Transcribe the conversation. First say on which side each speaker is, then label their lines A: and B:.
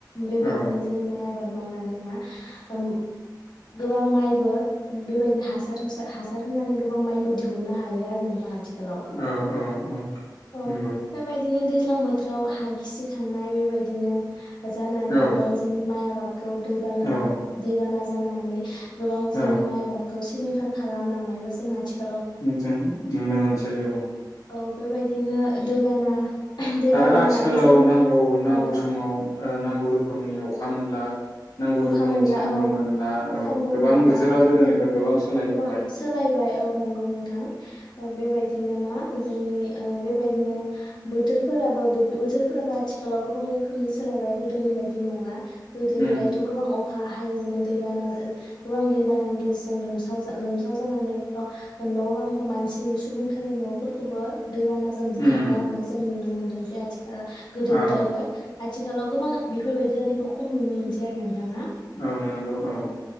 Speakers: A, on the left; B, on the left.
A: बेबायदिनो
B: औ
A: जों माइ आबाद मावनानै मा ओम गोबां माइबो ओ बेबायदिनो हास सार हुसा हासार होनानै गोबां माइबो दिहुननो हायो आरो नों आथिखालाव
B: औ औ औ
A: औ
B: नंगौ
A: बेबायदिनो दै लां बोथोराव हा खिसिखांनाय बेबायदिनो जानानै
B: औ
A: गोबां जोंनि माइ आबाद खौ दैबाना
B: औ
A: दैबाना जाननानै गोबां जोंनि
B: औ
A: माइ आबाद खौसो सिलिंखार खालामलांनायबो जों आथिख
B: नों जों नुनो मोनसै औ
A: औ बेबायदिनो दैबाना दैबानायाबो
B: आरो आथिखालाव
A: जों
B: नांगौ नांगौ
A: औ
B: समाव ओ नांगौ रोखोमनि अख अखा मोनला नांगौ
A: अखा
B: रोखोमनि
A: मोनला
B: सान्दुं
A: औ
B: मोनब्ला औ
A: सान्दुं
B: गोबां
A: मोनला
B: बोथोरा
A: औ
B: गोदोनिफ्राय गोबां सोलायबोबाय
A: गोबां सोलायबाय औ नंगौ नोंथां औ बेबायदिनो मा जोंनि ओ बेबायदिनो बोथोरफोराबो बो बोथोरफोराबो आथिखालाव गोबां रोखोमनि सोलायबाय गोदोनि बायदि नंला गोदो
B: उम
A: गोदाय अखा हायोमोन दैबाना ओ गोबां दैबानानि गेजेरजों लोमसाव जा लोमसाव जानानै गाव न बां मानसि सुबुं थानाय नफोरखौबो दैबानाजों बुखारना
B: उम
A: लांनाय जों नुनो मोनदोंसै आथिख गोदो
B: औ
A: गोदायबो आथि आथिखालाव गोबां बेफोरबायदि जानायखौ खम नुनो मोनसै आरो नोंथांना
B: औ नंगौ औ